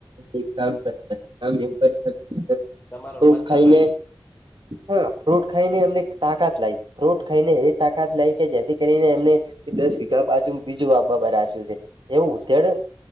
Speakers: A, on the right (about 70°); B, on the left (about 20°).
A: એ કામ કરી શકે કામ એમ કરી શકે કે
B: તમારો
A: ફ્રૂટ
B: અવાજ
A: ખાઈને
B: કપાય છે
A: હા ફ્રૂટ ખાઈને એમને તાકાત લાગ ફ્રૂટ ખાઈને એ ટાકા જ લાય કે જેથી કરીને એમને દસ વિના બાજુ પાછુ બીજું બાબાસ્યું છે એવું ઉધેડ